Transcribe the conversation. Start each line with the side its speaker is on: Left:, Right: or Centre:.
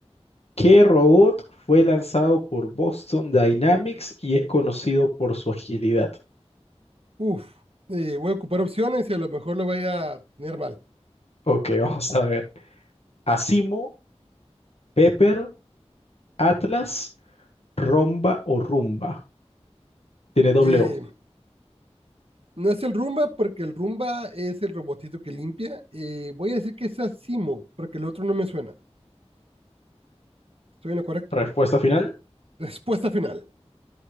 Left: ¿Qué robot fue lanzado por Boston Dynamics y es conocido por su agilidad?
Right: Uf. eh, voy a ocupar opciones y a lo mejor lo voy a tener mal.
Left: Ok, <laughs> vamos a ver. Asimo, Pepper, Atlas, Romba o Rumba. Tiene doble
Right: Eh,
Left: O.
Right: No es el Rumba, porque el Rumba es el robotito que limpia. Eh, voy a decir que es Asimo, porque el otro no me suena. ¿Estoy en lo correcto?
Left: Respuesta final.
Right: <laughs> Respuesta final.